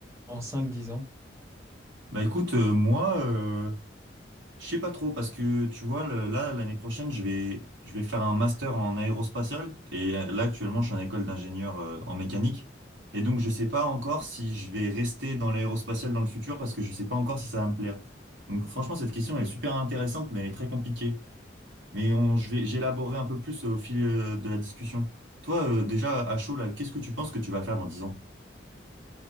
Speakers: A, on the right (about 15°); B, on the right (about 80°).
A: En cinq dix ans.
B: Bah écoute, euh, moi, euh, je sais pas trop parce que tu vois, le- là, l'année prochaine, je vais, je vais faire un master en aérospatial et euh, là, actuellement, je suis en école d'ingénieur euh, en mécanique. Et donc, je sais pas encore si je vais rester dans l'aérospatial dans le futur parce que je sais pas encore si ça va me plaire. Donc, franchement, cette question elle est super intéressante, mais elle est très compliquée. Mais on, je vais, j'élaborerai un peu plus euh, au fil euh, de la discussion. Toi, euh, déjà, à chaud, là, qu'est-ce que tu penses que tu vas faire dans 10 ans?